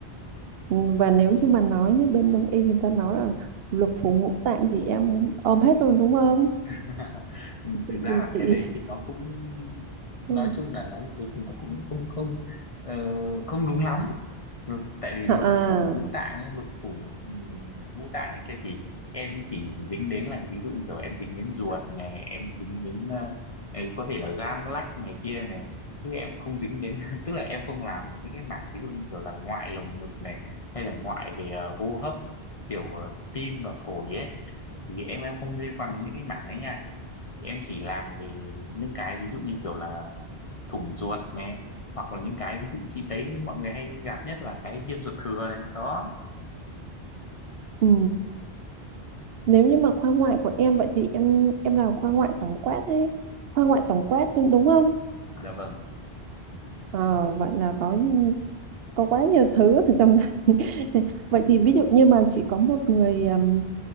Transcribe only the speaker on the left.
<laughs> thực
ra
là cái
đấy thì nó cũng
nói chung là nói như thế thì nó cũng không không ờ, không đúng lắm Ừ, tại vì lục
phủ ngũ tạng ấy lục phủ ừ, ngũ tạng ấy kia thì em chỉ dính đến là ví dụ như kiểu em dính đến ruột này em dính đến ờ, ấy có thể là gan lách này kia này chứ em không dính đến <laughs> tức là em không làm những cái mảng ví dụ như kiểu là ngoại lồng ngực này hay là ngoại về ờ, hô hấp kiểu ờ, tim và phổi ấy thì em em không liên quan đến những cái mảng ấy nha em chỉ làm về những cái ví dụ như kiểu là thủng ruột này hoặc là những cái ví dụ chị thấy mọi người hay gặp nhất là cái viêm ruột thừa này đó
dạ vâng